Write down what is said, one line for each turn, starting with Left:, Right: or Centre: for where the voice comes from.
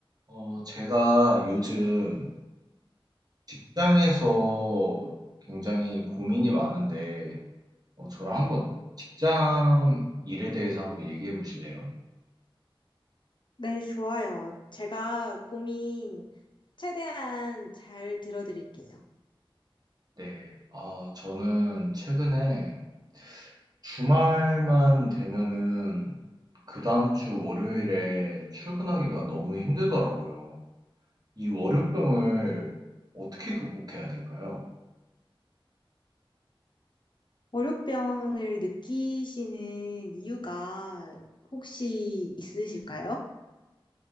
Right: 어, 제가 요즘 직장에서 굉장히 고민이 많은데, 어, 저랑 한번 직장 일에 대해서 한번 얘기해 보실래요?
Left: 네, 좋아요. 제가 고민 최대한 잘 들어드릴게요.
Right: 네, 아, 저는 최근에 주말만 되면은 그 다음 주 월요일에 출근하기가 너무 힘들더라고요. 이 월요병을 어떻게 극복해야 될까요?
Left: 월요병을 느끼시는 이유가 혹시 있으실까요?